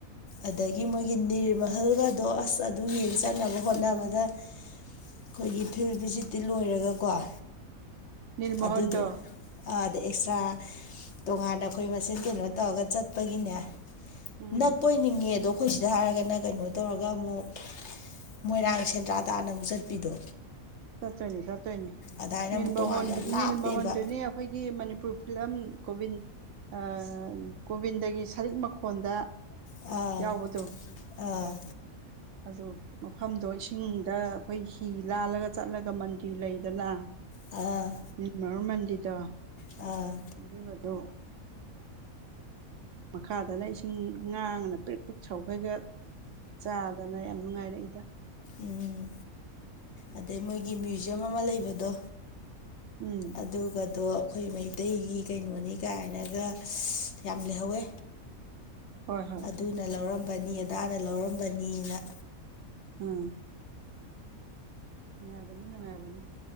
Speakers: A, on the left; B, on the right.
A: ꯑꯗꯒꯤ ꯃꯣꯏꯒꯤ ꯅꯤꯔꯃꯍꯜꯒꯥꯗꯣ ꯑꯁ ꯑꯗꯨ ꯌꯦꯡ ꯆꯠꯅꯕ ꯍꯣꯠꯅꯕꯗ ꯑꯈꯣꯏꯒꯤ ꯐꯤꯜ ꯚꯤꯖꯤꯠꯇꯤ ꯂꯣꯏꯔꯒꯀꯣ ꯑ
B: ꯅꯤꯜꯃꯣꯍꯟꯗꯣ
A: ꯑꯗꯨꯗ ꯑꯥꯗ ꯑꯦꯛꯁꯇ꯭ꯔꯥ ꯇꯣꯉꯥꯟꯅ ꯑꯈꯣꯏ ꯃꯁꯦꯟ ꯀꯩꯅꯣ ꯇꯧꯔꯒ ꯆꯠꯄꯒꯤꯅꯦ
B: ꯎꯝ
A: ꯅꯛ ꯉꯦ ꯑꯗꯣ ꯑꯈꯣꯏ ꯁꯤꯗ ꯍꯥꯏꯔꯒꯅ ꯀꯩꯅꯣ ꯇꯧꯔꯒ ꯑꯃꯨꯛ ꯃꯣꯏꯔꯥꯡ ꯁꯦꯟꯗ꯭ꯔꯥ ꯇꯥꯟꯅ ꯑꯃꯨꯛ ꯆꯠꯄꯤꯗꯣ
B: ꯆꯠꯇꯣꯏꯅꯤ ꯆꯠꯇꯣꯏꯅꯤ
A: ꯑꯗꯥꯏꯅ
B: ꯅꯤꯜꯃꯍꯣꯟꯗꯨ
A: ꯑꯃꯨꯛ ꯇꯣꯉꯥꯟꯅ ꯂꯥꯞꯄꯦꯕ
B: ꯅꯤꯜꯃꯍꯣꯟꯗꯨꯅꯦ ꯑꯈꯣꯏꯒꯤ ꯃꯅꯤ ꯄꯨꯔ ꯐꯤꯂꯝ ꯀꯣꯕꯤꯟ ꯑ ꯒꯣꯕꯤꯟꯗꯒꯤ ꯁꯔꯤꯛ ꯃꯈꯣꯟꯗ
A: ꯑꯥ
B: ꯌꯥꯎꯕꯗꯣ
A: ꯑꯥ
B: ꯑꯗꯨ ꯃꯐꯝꯗꯣ ꯑꯩꯁꯨ ꯍꯤꯡꯗ ꯑꯈꯣꯏ ꯍꯤ ꯂꯥꯜꯂꯒ ꯆꯠꯂꯒ ꯃꯟꯗꯤꯔ ꯂꯩꯗꯅꯥ
A: ꯑꯥ
B: ꯅꯤꯔꯃꯍꯣꯜ ꯃꯟꯗꯤꯗꯣ
A: ꯑꯥ
B: ꯑꯗꯨꯒꯗꯣ ꯃꯈꯥꯗꯅ ꯏꯁꯤꯡ ꯉꯥꯡꯉꯅ ꯄ꯭ꯔꯤꯛ ꯄꯤꯛ ꯁꯧꯒꯩꯒꯥ ꯆꯥꯕ ꯗꯅ ꯌꯥꯝ ꯅꯨꯡꯉꯥꯏꯔꯛꯏꯗꯥ
A: ꯎꯝ ꯑꯗꯩ ꯃꯣꯏꯒꯤ ꯃ꯭ꯌꯨꯖꯝ ꯑꯃ ꯂꯩꯕꯗꯣ
B: ꯎꯝ
A: ꯑꯗꯨꯒꯗꯣ ꯑꯈꯣꯏ ꯃꯩꯇꯩꯒꯤ ꯀꯩꯅꯣꯅꯤ ꯀꯥꯏꯅꯒ ꯌꯥꯝ ꯂꯩꯍꯧꯋꯦ
B: ꯍꯣꯏ ꯍꯣꯏ
A: ꯗꯨꯅ ꯂꯧꯔꯝꯕꯅꯤ ꯑꯗꯥꯅ ꯂꯧꯔꯝꯕꯅꯤꯅꯥ
B: ꯑꯥ ꯅꯨꯡꯉꯥꯏꯕꯅꯤ ꯅꯨꯡꯉꯥꯏꯕꯅꯤ